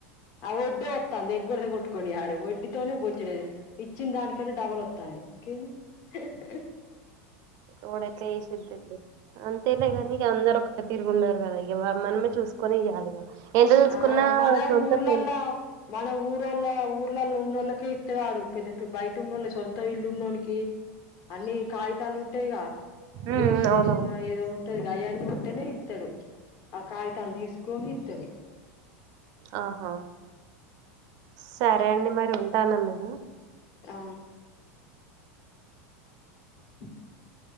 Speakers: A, on the left (about 50°); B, on the right (about 50°).
A: ఆ ఒడ్డే వత్తంది ఎగ్గురి కొట్టుకొని ఆడు వడ్డీతోనే పోచ్చలేేదు ఇచ్చిన దానికన్నా డబల్ వత్తాయి కేంది హ్హ్
B: ఓడెట్లేసద్దంది అంతేలే కానీక అందరు ఒ ఒక తిరుగు ఉండారు కదా ఇ మనమ చూసుకొని ఇయ్యాలి గద ఎంత చూసుకున్నా
A: ఆ మన
B: సొంత
A: ఊర్లల్ల
B: ఫ్రెం
A: మన ఊరోళ్ళ ఊర్లలో ఉన్న వాళ్ళకే ఇత్తవాడు పెద్ద పె బయట ఉన్న వాళ్ళ సొంత ఇల్లు ఉన్ననోకి అన్ని కాగితాలు ఉంటాయిగా
B: ఉమ్
A: రీసేషన
B: అవునవును
A: ఏదో టది గా అయన్ని ఉంటేనే ఇత్తడు ఆ కాగితాలు తీసుకొని ఇత్తడు.
B: ఆహా సరే అండి మరి ఉంటానా మేము
A: ఆ అ